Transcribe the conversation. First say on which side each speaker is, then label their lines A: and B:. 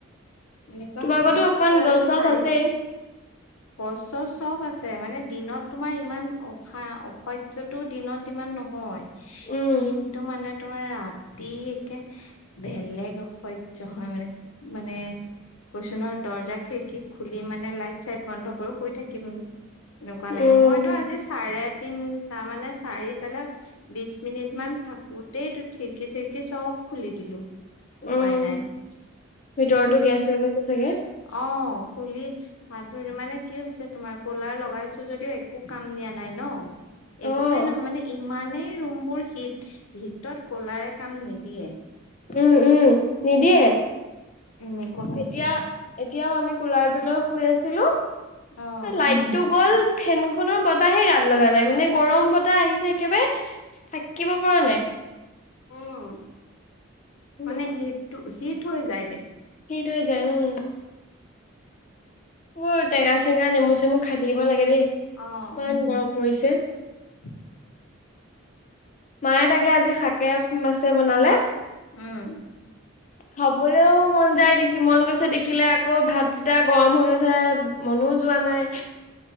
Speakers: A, on the left; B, on the left.
A: এনেকুৱা
B: তোমালোকৰতো
A: হৈছে, মইতো
B: অকমান
A: আজি
B: গছ চছ
A: চাৰি
B: আছেই।
A: গছ, ছছ চব আছে, মানে দিনত তোমাৰ ইমান অসা, অসহ্যতটো দিনত ইমান নহয়,
B: উম,
A: কিন্তু মানে তোমাৰ ৰাতি একে বেলেগ অসহ্য হয়, মানে মানে। কৈচুনহৈ দৰ্জা, খিৰিকী খুলি মানে লাইট, চাইট বন্ধ কৰি শুই থাকিম। এনেকুৱা
B: উম,
A: লাগে, মইতো আজি চাৰে তিনি, তাৰ মানে, চাৰি তালৈ বিশ মিনিট মান থাকোতেই খিৰিকি, চিৰিকি চব খুলি দিলো,
B: উম,
A: উপায় নাই,
B: ভিতৰতো
A: খুলি
B: গেছ
A: অ,
B: হৈ গৈছে চাগে।
A: খুলি হাত ভৰি মানে কি হৈছে তোমাৰ কলাৰ লগাইছো যদিও একো কাম দিয়া নাই, ন।
B: অ',
A: একোৱে নহয় মানে, ইমানেই ৰুম বোৰ হীট, হীটত ক'লাৰে কাম নিদে। দিয়ে।
B: উম, উম, নিদিয়ে।
A: এনেকুৱা, হৈছে।
B: এতিয়া এতিয়াও আমি কুলাৰটোলৈ শুই আছিলো
A: অ'।
B: লাইটটো গ'ল। ফেনখনৰ বতাহে গাত লগা নাই, মানে গৰম বতাহ আহিছে একেবাৰে। থাকিব পৰা নাই।
A: উম,
B: উম,
A: মানে শীতটো, শীত হৈ যায় দে।
B: সটো হৈ, যায়, উম। মোৰ টেঙা, চেঙা নেমু, চেমু খাই থাকিব লাগে দেই।
A: আহ।
B: ইমান গৰম পৰিছে।
A: <inaudible>
B: মায়ে তাকে আজি শাকে, মাছে বনালে।
A: উম।
B: খাবলৈও মন যায় দেখি মন গৈছে, দেখিলে আকৌ ভাতকেইটা গৰম হৈ, আছে। মনোও যোৱা নাই,